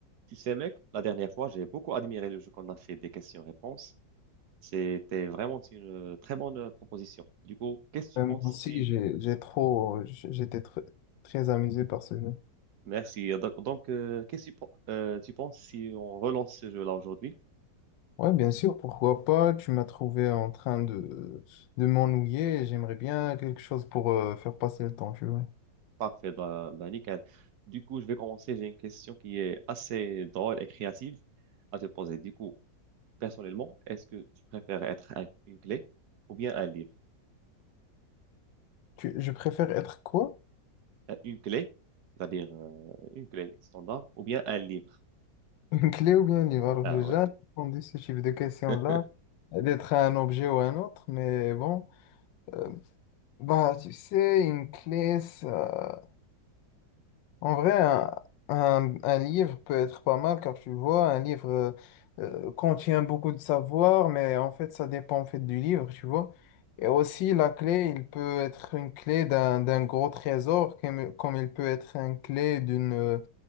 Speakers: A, on the right; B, on the left.
A: Tu sais, mec, la dernière fois, j'ai beaucoup admiré le jeu qu'on a fait des questions-réponses. C'était vraiment une euh, très bonne euh, proposition. Du coup, qu'est-ce que tu
B: Ouais,
A: penses
B: Moi
A: si...
B: aussi, j'ai, j'ai trop, j'étais tr- très amusé par ce jeu.
A: Merci. Donc, donc, euh, qu'est-ce que tu, pen- euh, tu penses si on relance ce jeu-là aujourd'hui?
B: Ouais, bien sûr, pourquoi pas. Tu m'as trouvé en train de, de m'ennuyer. J'aimerais bien quelque chose pour euh, faire passer le temps, tu vois.
A: Parfait, ben bah, nickel. Du coup, je vais commencer. J'ai une question qui est assez drôle et créative à te poser. Du coup, personnellement, est-ce que tu préfères être un- une clé ou bien un livre?
B: Tu- je préfère être quoi?
A: Euh, Une clé, c'est-à-dire euh, une clé standard ou bien un livre?
B: Une clé ou bien un livre? Alors,
A: Ah
B: j'ai
A: ouais.
B: jamais répondu ce type de question-là,
A: <laughs>
B: d'être un objet ou un autre, mais bon. Euh, Bah, tu sais, une clé, ça. En vrai, un, un- un livre peut être pas mal car tu vois, un livre euh, euh, contient beaucoup de savoir, mais en fait, ça dépend en fait du livre, tu vois. Et aussi, la clé, il peut être une clé d'un d'un gros trésor, comme, comme il peut être une clé d'une